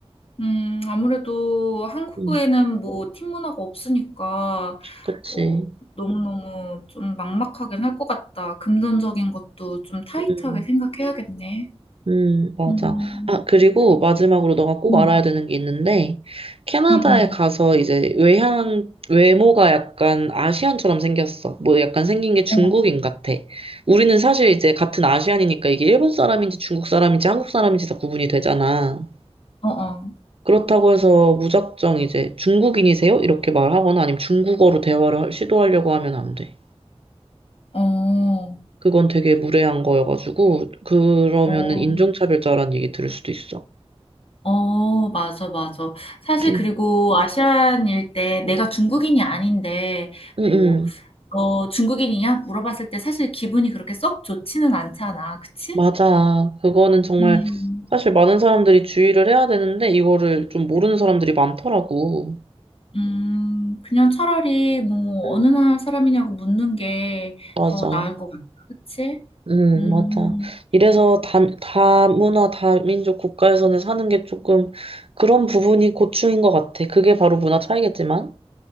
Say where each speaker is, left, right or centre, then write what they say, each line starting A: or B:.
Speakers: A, on the left; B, on the right.
A: 음, 아무래도 한국에는
B: 음,
A: 뭐 팀 문화가 없으니까
B: 그치.
A: 뭐 너무너무 좀 막막하긴 할 것 같다. 금전적인 것도 좀 타이트하게
B: 음,
A: 생각해야겠네.
B: 음, 맞아.
A: 음,
B: 아, 그리고 마지막으로 너가 꼭
A: 음,
B: 알아야 되는 게 있는데, 캐나다에
A: 음,
B: 가서
A: 음.
B: 이제 외향, 외모가 약간 아시안처럼 생겼어. 뭐 약간 생긴 게 중국인
A: 어,
B: 같아. 우리는 사실 이제 같은 아시안이니까 이게 일본 사람인지 중국 사람인지 한국 사람인지 다 구분이 되잖아.
A: 어,
B: 그렇다고 해서 무작정 이제 중국인이세요? 이렇게 말하거나 아니면 중국어로 대화를 할- 시도하려고 하면 안 돼.
A: 어, 어.
B: 그건 되게 무례한 거여가지고, 그러면은
A: 어.
B: 인종차별자라는 얘기 들을 수도 있어.
A: 어 맞아, 맞아. 사실
B: 응,
A: 그리고 아시안일 때 내가 중국인이 아닌데
B: 응,
A: 뭐
B: 응.
A: "너 중국인이냐?" 물어봤을 때 사실 기분이 그렇게 썩 좋지는 않잖아. 그치?
B: 맞아. 그거는 정말
A: 음.
B: 사실 많은 사람들이 주의를 해야 되는데, 이거를 좀 모르는 사람들이 많더라고.
A: 음. 그냥 차라리 뭐
B: 응,
A: "어느 나라 사람이냐."고 묻는 게
B: 맞아.
A: 더 나을 것 같다. 그치?
B: 응,
A: 음.
B: 맞아. 이래서 다, 다문화, 다민족 국가에서는 사는 게 조금 그런 부분이 고충인 것 같아. 그게 바로 문화 차이겠지만.